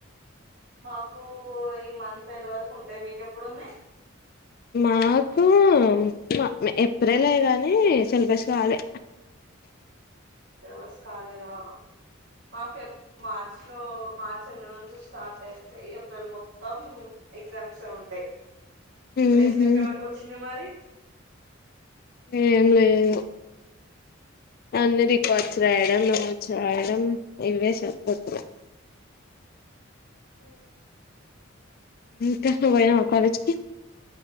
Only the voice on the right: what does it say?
మాకు ఈ మంత్ ఎండ్ వరకు ఉంటాయి మీకు ఎప్పుడు ఉన్నాయి
సిలబస్ కాలేదా మాకు ఎప్ మార్చి లో మార్చ ఎండ్ నుంచి స్టార్ట్ అయితయి ఏప్రిల్ మొత్తం ఎగ్జామ్స్ ఎ ఉంటాయి ప్రిపరేషన్
ఎక్కడ వరకు వచ్చింది మరి
మ్మ్